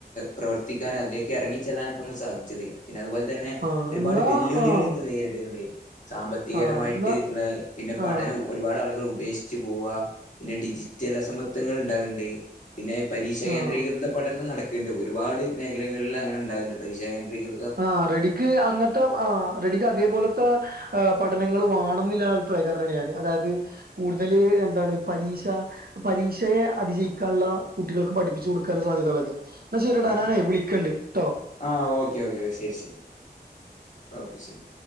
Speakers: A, on the left (about 45°); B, on the right (about 60°).
A: പ്രവർത്തിക്കാനും അതിലേക്ക് ഇറങ്ങി ചെല്ലാനൊക്കെ നമ്മൾ സാധിച്ചത് പിന്നെ അതുപോലെ തന്നെ
B: ആഹ്
A: ഒരുപാട്
B: എന്നാ
A: വെല്ലുവിളികൾ
B: ആഹ്
A: ഇന്ന് നേരിടുണ്ട് സാമ്പത്തികരമായിട്ട്
B: ആഹ് എന്നാ
A: പിന്നെ പഠനവും
B: ആഹ്
A: ഒരുപാട് ആളുകൾ ഉപേക്ഷിച്ചച്ച് പോവുക പിന്നെ ഡിജിറ്റൽ അസമത്വങ്ങൾ ഉണ്ടാകണ്ട് പിന്നെ പരീക്ഷാ കേന്ദ്രീകൃത
B: ആഹ്
A: പഠനം നടക്കുന്നുണ്ട് ഒരുപാട് മേഖലകളിൽ അങ്ങനെണ്ടാകുന്നുണ്ട് പരക്ഷാ കേന്ദീകൃ
B: ആ റെഡിക്ക് അങ്ങത്തെ റെഡിക്ക് അതേപോലത്തെ പഠനങ്ങൾ വണെന്നില്ല അഭിപ്രായം കാര അതായത് കൂടുതല് എന്താണ് പരീക്ഷ പരീക്ഷയെ അതിജയിക്കാനുള്ള കുട്ടികൾക്ക് പഠിപ്പിച്ചു കൊടുക്കാനുള്ള സാധ്യതകളൊക്കെ എന്നാ ശരിടാ
A: ആ
B: ഞാനേ
A: ആ
B: വിളിക്കണ്ടണ്ട് കേട്ടോ
A: ആ ഓക്കെ ഓക്കെ ശരി ശരി ഓക്കെ ശരി